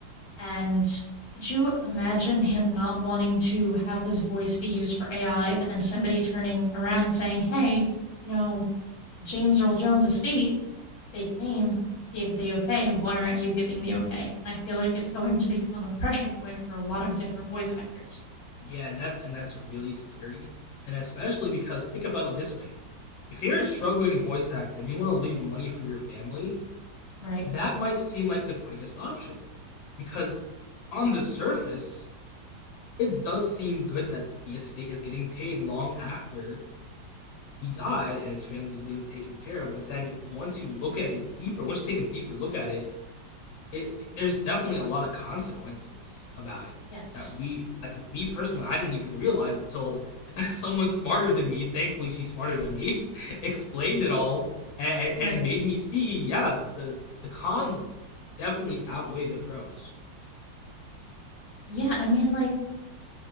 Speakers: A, on the left (about 55°); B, on the left (about 85°).
A: and could you imagine him not wanting to have his voice be used for AI, but then somebody turning around and saying, hey, you know, James Earl Jones estate, big name, gave the okay. Why aren't you giving the okay? And I feel like it's going to become a pressure point for a lot of different voice actors.
B: Yeah, and that's and that's really scary. And especially because think about it this way. If you're a struggling voice actor and you want to leave money for your family,
A: Right.
B: that might seem like the quickest option because on the surface it does seem good that the estate is getting paid long after he died and his family is being taken care of but then once you look at it deeper once you take a deeper look at it, it, it there's definitely a lot of consequences about it
A: Yes.
B: that we like me personally i didn't even realize until <laughs> someone smarter than me thankfully she's smarter than me <laughs> explained it all and
A: Right.
B: and made me see yeah the the cons definitely outweigh the pros.
A: Yeah, I mean, like,